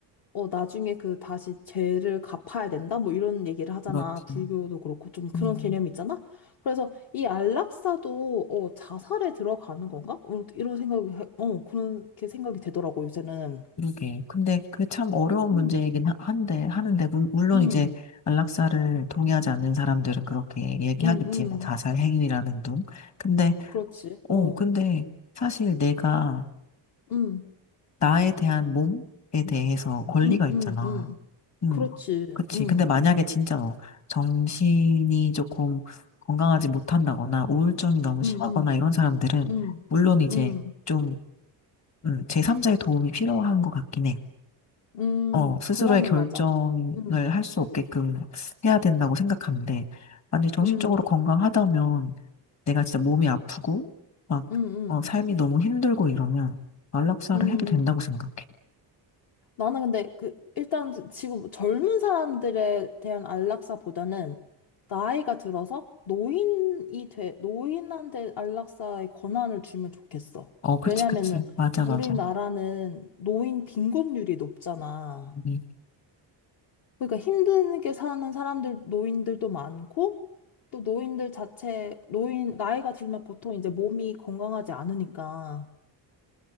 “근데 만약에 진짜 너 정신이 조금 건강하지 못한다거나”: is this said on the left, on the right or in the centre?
Left